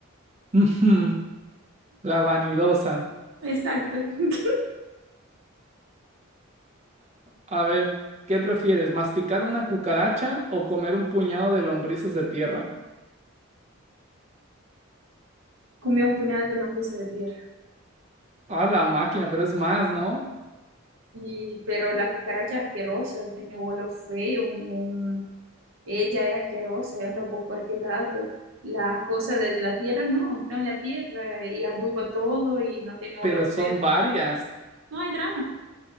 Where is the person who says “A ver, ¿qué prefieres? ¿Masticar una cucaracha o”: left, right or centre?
Right